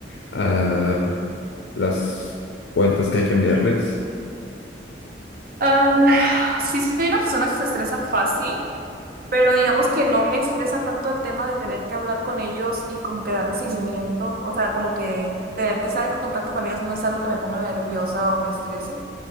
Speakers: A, on the left; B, on the right.
A: a las cuentas que hay que enviarles?
B: Am, <sighs> sí, soy una persona que se estresa fácil. pero digamos que no me estresa tanto el tema de tener que hablar con ellos y como que darle seguimiento, o sea, como que tener que estar en contacto con ellos no es algo que me ponga nerviosa o me estrese.